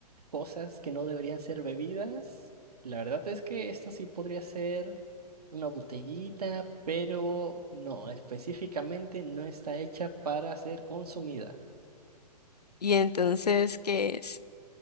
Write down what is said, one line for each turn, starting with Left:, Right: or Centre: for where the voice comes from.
Right: cosas que no deberían ser bebidas, la verdad es que esto sí podría ser una botellita, pero no, específicamente no está hecha para ser consumida.
Left: Y entonces, ¿qué es?